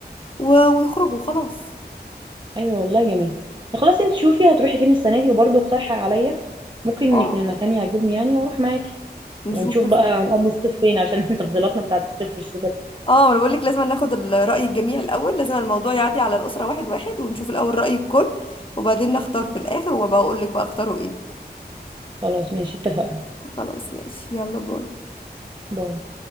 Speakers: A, on the left (about 30°); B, on the right (about 30°).
A: و... ويخرجوا وخلاص
B: ايوه والله جميل طب خلاص انت شوفي هتروحي فين السنه دي وبرضه اقترحي عليا ممكن
A: اه
B: يكون المكان يعجبني يعني واروح معاكي
A: نشوف
B: ونشوف
A: بس
B: بقى هنقضي الصيف فين عشان <laughs> تفضيلاتنا بتاعت الصيف والشتاء دي.
A: اه انا بقول لك لازم ناخد ال- رأي الجميع الأول لازم الموضوع يعدي على الأسرة واحد واحد ونشوف الأول رأي الكل وبعدين نختار في الآخر وبقول لك بقى اختاروا ايه
B: خلاص ماشي اتفقنا
A: خلاص ماشي يلا باي
B: باي